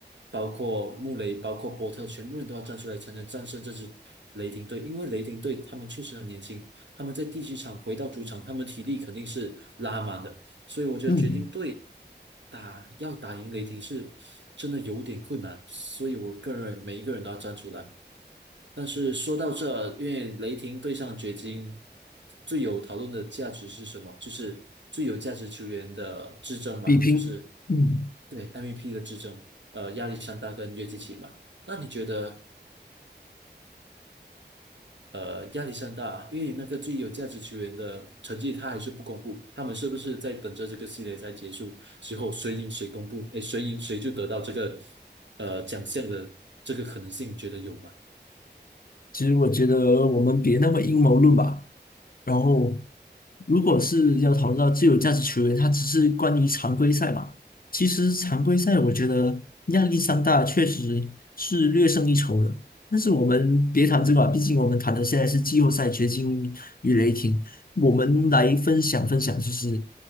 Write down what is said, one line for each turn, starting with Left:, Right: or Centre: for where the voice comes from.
Right: 包括穆雷，包括波特，全部人都要站出来才能战胜这支雷霆队，因为雷霆队他们确实很年轻，他们在第七场回到主场，他们体力肯定是拉满的。所以我觉得掘金队
Left: 嗯，
Right: 打要打赢雷霆是真的有点困难，所以我个人每一个人都要站出来。但是说到这，因为雷霆对上掘金，最有讨论的价值是什么？就是最有价值球员的之争吧，
Left: 比拼，
Right: 就是
Left: 嗯。
Right: 对 MVP 的之争，呃，亚历山大跟约基奇嘛。那你觉得？呃，压力山大，因为那个最有价值球员的成绩他还是不公布，他们是不是在等着这个系列赛结束之后，谁赢谁公布？哎，谁赢谁就得到这个呃奖项的这个可能性，你觉得有吗？
Left: 其实我觉得我们别那么阴谋论吧。然后，如果是要讨论到最有价值球员，他只是关于常规赛嘛。其实常规赛我觉得亚历山大确实是略胜一筹的。但是我们别谈这个吧毕竟我们谈的现在是季后赛掘金与雷霆。我们来分享分享，就是